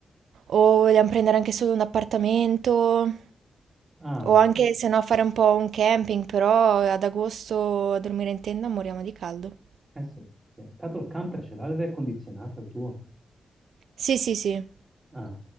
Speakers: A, on the right; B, on the right.
A: O vogliamo prendere anche solo un appartamento,
B: ah,
A: o anche se no fare un po' un camping, però ad agosto a dormire in tenda moriamo di caldo.
B: eh sì. sì. Tanto il camper ce l'ha l'aria condizionata il tuo?
A: Sì, sì, sì.
B: Ah,